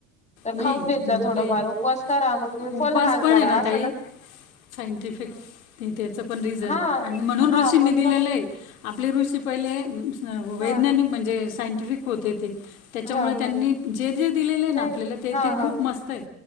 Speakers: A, on the left; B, on the left.
A: तर खाऊन
B: नाही
A: घेत जा थोडफार
B: आपले
A: उपवास करा मग तुम्ही फलहार
B: उपवास पण
A: करा
B: आहे ना
A: असंग
B: ताई सायंटिफिक त्याच पण रिझन
A: हा
B: आणि म्हणून
A: हा
B: ऋषींनी
A: पण
B: दिलेलं
A: मग
B: आहे आपले ऋषी पहिले वैज्ञानिक
A: हा
B: म्हणजे सायंटिफिक होते ते त्याच्यामुळे
A: हा
B: त्यांनी
A: हा
B: जे जे दिलेले आहे
A: नाही
B: ना आपल्याला ते
A: हा
B: ते
A: हा
B: खूप मस्त आहे